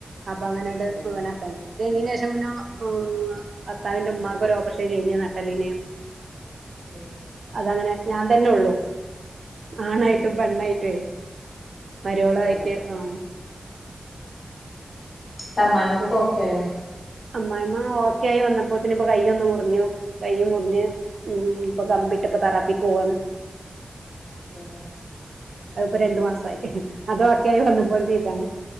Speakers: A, on the right; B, on the left.
A: അപ്പൊ അങ്ങനെയാട്ട്
B: അതെല്ലേ
A: മുഴുവനക്കാ അത് കഴിഞ്ഞീനു ശേഷം പിന്നോ
B: ഉം
A: ഹെ ഭർത്താവിന്റെ ഉമ്മാക്കൊരു ഓപ്പറേഷൻ കഴിഞ്ഞു നട്ടെല്ലിന്
B: മ്
A: അതാ അങ്ങനെ ഞാൻ തന്നെ ഉള്ളു ആണായിട്ടും
B: ഉം
A: പെണ്ണായിട്ടും. മരോളയിട്ട്
B: അതെല്ലേ എന്നിട്ട്
A: ആ.
B: ന്നിട്ട് അമ്മായിമ്മാക് ഒക്കെ ഓക്കെ ആയോ?
A: അമ്മായിമ്മ ഓക്കെയി വന്നപ്പോത്തിന് ഇപ്പ കയ്യ് ഒന്ന് മുറിഞ്ഞു കൈ മുറിഞ്ഞ് ഇപ്പൊ കമ്പിട്ട് ഇപ്പ തെറാപ്പിക്ക് പോവാന്ന്.
B: <unintelligible>
A: അത്പ്പോ രണ്ടു മാസായി അതോക്കായി വന്നപ്പോ ഇതാണ്